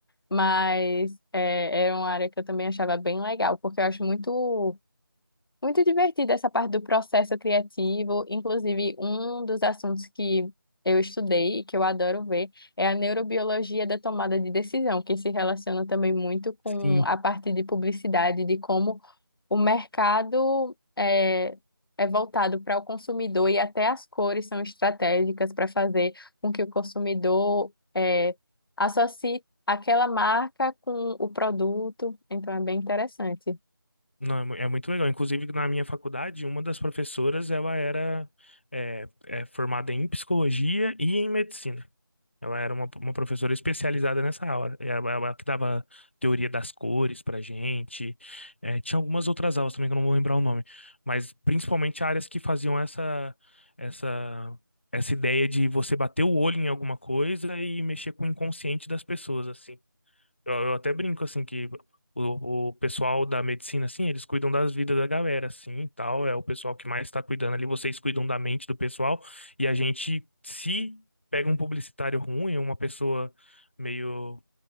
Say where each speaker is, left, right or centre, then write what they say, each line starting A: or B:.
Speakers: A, on the left (about 85°); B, on the left (about 30°).
A: Mas é, era uma área que eu também achava bem legal, porque eu acho muito. Muito divertida essa parte do processo criativo. Inclusive, um dos assuntos que eu estudei e que eu adoro ver é a neurobiologia da tomada de decisão, que se relaciona também muito com
B: sim.
A: a parte de publicidade, de como o mercado é, é voltado para o consumidor e até as cores são estratégicas para fazer com que o consumidor é, associe aquela marca com o produto. Então, é bem interessante.
B: Não, é mu- é muito legal. Inclusive, na minha faculdade, uma das professoras, ela era é, é, formada em psicologia e em medicina. Ela era uma, uma professora especializada nessa aula. Ela, ela que dava teoria das cores pra gente. É, tinha algumas outras aulas também que eu não vou lembrar o nome. Mas principalmente áreas que faziam essa, essa, essa ideia de você bater o olho em alguma coisa e mexer com o inconsciente das pessoas, assim. Eu, eu até brinco, assim, que o, o pessoal da medicina, assim, eles cuidam das vidas da galera, assim, e tal. É o pessoal que mais tá cuidando ali. Vocês cuidam da mente do pessoal. E a gente, se pega um publicitário ruim, uma pessoa meio